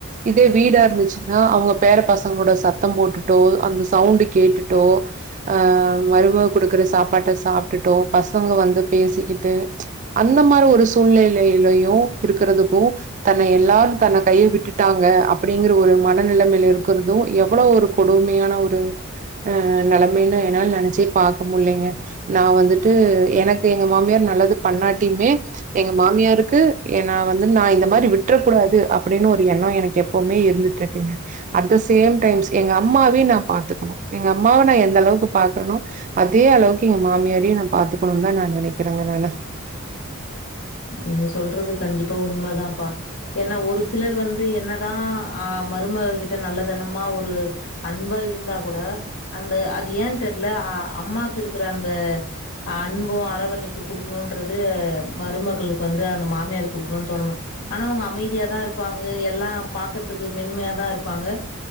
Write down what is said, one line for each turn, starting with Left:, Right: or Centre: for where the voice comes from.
Right: இதே வீடா இருந்துச்சுனா அவங்க பேர பசங்களோட சத்தம் போட்டுட்டோ அந்த சவுண்டு கேட்டுட்டோ அ மருமக குடுக்கற சாப்பாட்ட சாப்ட்டுட்டோ பசங்க வந் து பேசிக்கிட்டு அந்த மாரி ஒரு சூழ்நிலையிலையு இருக்கிறதுக்கு தன்ன எல்லாரு தன்ன கை விட்டுட்டாங்க அப்டிங்கற ஒரு மனநிலைமைல இருக்கறது எவ்ளோ ஒரு கொடுமையான ஒரு அ நெலமைனு என்னால நெனைச்சே பாக்க முல்லிங்க நா வந்துட்டு எனக் எங்க மாம்யார் நல்லது பண்ணாட் டிமே எங்க மாம்யார் றக்கு நா வந்து நா இந்த மாரி விட்றக்கூடாது அப்டின்னு ஒரு எண்ணம் எனக்கு எப்போமே இருந்துட்டுருக்குங்க அட் த சேம் டைம் எங்க அம்மாவயும் நா பாத்துக்கணு எங்க அம்மாவ நா எந்தளவுக்கு பாக்றனோ அதே அளவுக்கு எங்க மாமியாரயும் நா பாத்துக்கணுன்தா நா நெனக்கிறங்க நானு
Left: நீங்க சொல்றது கண்டிப்பா உண்மதாப்பா ஏன்னா ஒரு சிலர் வந்து என்னதா அ மருமக கிட்ட நல்லதனமா ஒரு அன்பா இருந்தா கூட அந்த அது ஏன் தெர்ல அம்மாக்கு இருக்கிற அந்த அன்பும் அரவணைப்பு குடுக்கணுன்றது மருமக மறுமகள்க்கு அந்த மாமியார் குடுக்ணுனு தோன மா ஆனா அவங்க அமைதியாதாருப்பாங்க எல்லா பாக்றதுக்கு மென்மையாதா இருப்பாங்க